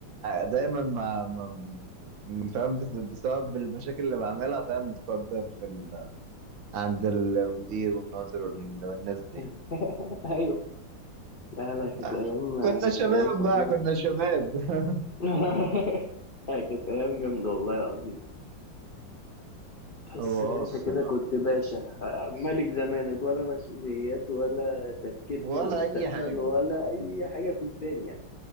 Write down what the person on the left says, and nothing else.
<laughs> ايوه لا لا كانت
ايام
ايام فظيعه
<laughs> هي كانت أيام جامدة والله العظيم تحس
إن أنت
كده كنت باشا آه، ملك زمانك ولا مسؤوليات ولا تفكير
في مستقبل
ولا أي حاجة في الدنيا